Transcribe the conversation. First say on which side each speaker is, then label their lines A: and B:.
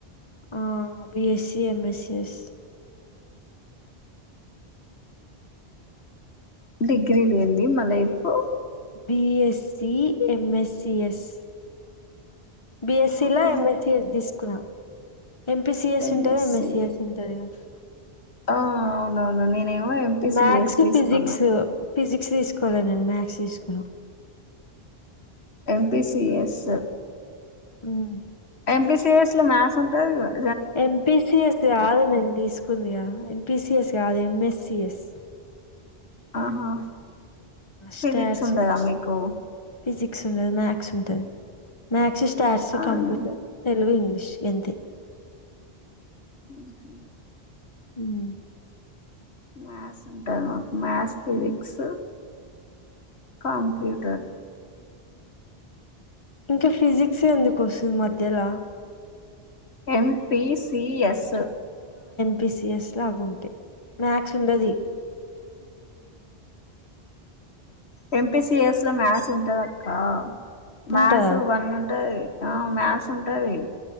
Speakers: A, on the left (about 25°); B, on the left (about 80°).
A: ఆ బిఎస్సి ఎంఎస్సఎస్
B: డిగ్రీ లేండి మా వైపు
A: బీఎస్సి ఎంఎస్సి ఎస్ బిఎస్సి
B: ఆహా
A: లా ఎంస్సి తీసు క్రా ఎంపీ సిఎస్
B: ఎంఎస్సి
A: ఉంటది ఎంఎస్సిఎస్ ఉంటది కదా
B: ఆ అవునవును నేనేమో ఎంపీసిఎస్
A: మ్యాథ్స్
B: తీసుకున్నా
A: ఫిజిక్స్ ఫిజిక్స్ తీసుకోలేదు నేను మ్యాథ్స్ తీసుకున్నా
B: ఎంపి సిఎస్
A: హ్మ్
B: ఎంపీ సిఎస్ లో మ్యాథ్స్ ఉంటది కదా
A: ఎంపీసి ఎస్ కాదు నేను తీసుకు కుంది ఎంపి సిఎస్ కాదు ఎంఎస్సి ఎస్
B: ఆహా ఫిజిక్స్
A: స్టాట్స్,
B: ఉండదా మీకు
A: ఫిజిక్స్ ఉండది మ్యాథ్స్ ఉంటుంది మ్యాథ్స్స్ స్టార్ట్స్
B: అవునా
A: కంప్యూటర్ తెలుగు ఇంగ్లీష్ ష్ గంతే
B: హ్మ్ హు
A: హ్మ్
B: మ్యాథ్స్ ఉంటది మాకు మ్యాథ్స్ ఫిజిక్స్
A: హ్మ్.
B: కంప్యూటర్
A: ఇంకా ఫిజిక్స్ ఎందుకు వస్తుంది మధ్యలా
B: M P C S
A: P C S అవు ఉంటయ్ క్స్ ఉండది
B: ఎం పి సిఎస్ లో మ్యాథ్స్ ఉంటది అక్క మ్యాథ్స్
A: ఉంటదా?
B: వన్ ఉంటది ఆ మ్యాస్ ఉంటది